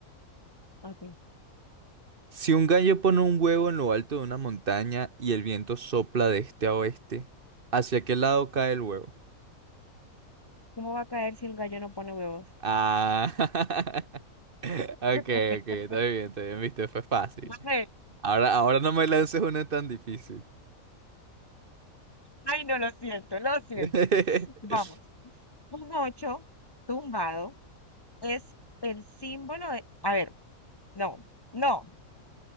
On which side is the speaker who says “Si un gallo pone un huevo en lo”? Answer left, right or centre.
Right